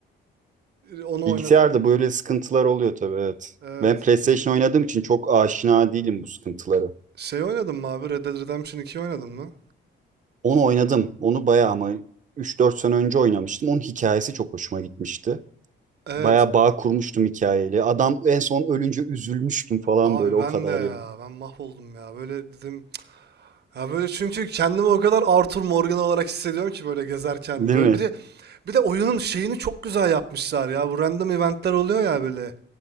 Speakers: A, on the right (about 55°); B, on the right (about 40°).
A: Onu
B: Bilgisayarda
A: oynadım yine.
B: böyle sıkıntılar oluyor tabii evet.
A: Evet.
B: Ben PlayStation oynadığım için çok aşina değilim bu sıkıntılara.
A: Şey oynadın mı abi? Red Dead Redemption 2 oynadın mı?
B: Onu oynadım. Onu bayağı ama üç dört sene önce oynamıştım. Onun hikayesi çok hoşuma gitmişti.
A: Evet.
B: Bayağı bağ kurmuştum hikayeyle. Adam en son ölünce üzülmüştüm falan
A: Abi
B: böyle o
A: ben
B: kadar
A: de ya.
B: yani.
A: Ben mahvoldum ya. Böyle dedim. Ya böyle çünkü kendimi o kadar Arthur Morgan olarak hissediyorum ki böyle gezerken.
B: Değil
A: Böyle
B: mi?
A: bir de bir de oyunun şeyini çok güzel yapmışlar ya. Bu random eventler oluyor ya böyle.